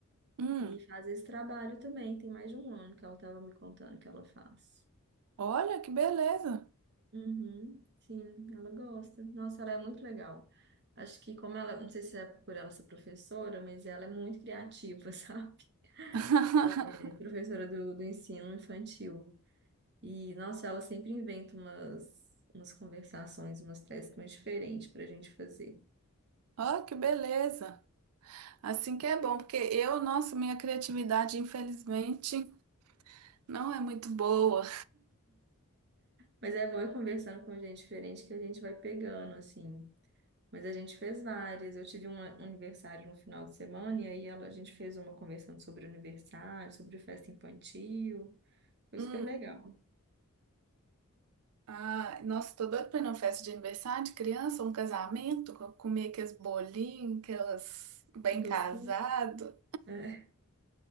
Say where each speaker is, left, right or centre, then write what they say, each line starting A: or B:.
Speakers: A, on the right (about 80°); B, on the right (about 50°).
A: Hum,
B: e faz esse trabalho também. Tem mais de um ano que ela estava me contando que ela faz.
A: olha que beleza.
B: Uhum, sim, ela gosta. Nossa, ela é muito legal. Acho que como ela, não sei se é por ela ser professora, mas ela é muito criativa, <laughs> sabe?
A: <laughs>
B: Ela é professora do, do ensino infantil. E, nossa, ela sempre inventa umas, umas conversações, umas testes muito diferentes para a gente fazer.
A: Olha que beleza. Assim que é bom, porque eu, nossa, minha criatividade, infelizmente, não é muito boa.
B: Mas é bom ir conversando com gente diferente que a gente vai pegando, assim. Mas a gente fez várias. Eu tive um um aniversário no final de semana e aí ela, a gente fez uma conversando sobre aniversário, sobre festa infantil. Foi
A: Hum,
B: super legal.
A: ah, nossa, tô doida pra ir numa festa de aniversário de criança, um casamento, co- comer aqueles bolinhos, aquelas bem
B: Docinho.
A: casado.
B: É.